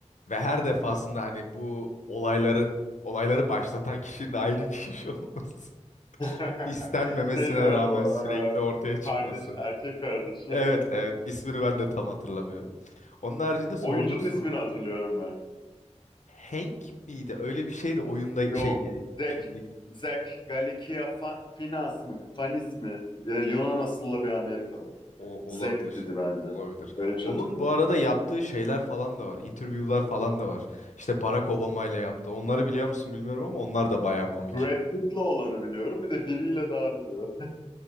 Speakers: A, on the left; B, on the left.
A: Ve her defasında hani bu olayların, olayları başlatan kişinin aynı kişi olması.
B: <laughs>
A: <laughs> İstenmemesine
B: Şey deme
A: rağmen
B: bu.
A: sürekli
B: eee,
A: ortaya çıkması.
B: kardeş, erkek kardeşi.
A: Evet, evet. ismini ben de tam hatırlamıyorum. Onun haricinde sorduğun
B: Oyuncunun
A: soru
B: ismini hatırlıyorum ben.
A: Hank miydi? Öyle bir şeydi oyunda
B: Yok.
A: şey e,
B: Zek,
A: filmde
B: Zek Galikia Fa- Finas mı? Fanis mi? Ee, Yunan asıllı bir Amerikalı.
A: o
B: Zek
A: olabilir.
B: dedi bence.
A: Olabilir.
B: Öyle bir şey
A: Onun
B: hatırlıyorum.
A: bu arada yaptığı şeyler falan da var. Interview'lar falan da var. İşte Barack Obama ile yaptı. Onları biliyor musun bilmiyorum ama onlar da bayağı komik.
B: Brad Pitt'le olanı biliyorum. Bir de biriyle daha biliyorum.